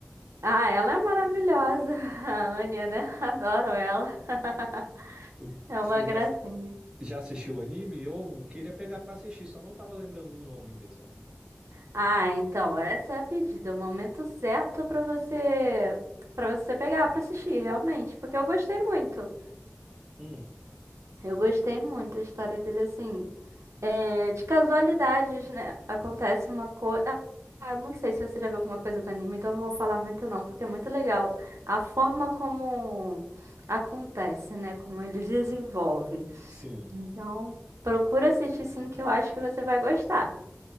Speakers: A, on the right; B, on the right.
A: Ah, ela é maravilhosa. <laughs> A Anya, né? Adoro ela. <laughs>
B: O-
A: É uma
B: Você
A: gracinha.
B: já, já assistiu o anime? Eu queria pegar pra assistir, só não tava lembrando do nome mesmo.
A: Ah, então, essa é a pedida, é o momento certo pra você para você pegar pra assistir, realmente, porque eu gostei muito.
B: Hum,
A: Eu gostei muito da história dele assim. É, de casualidades, né? Acontece uma coisa. Ah, ah, não sei se você já viu alguma coisa do anime, então não vou falar muito não, porque é muito legal a forma como acontece, né? Como ele desenvolve.
B: sim.
A: Então, procura assistir sim, que eu acho que você vai gostar.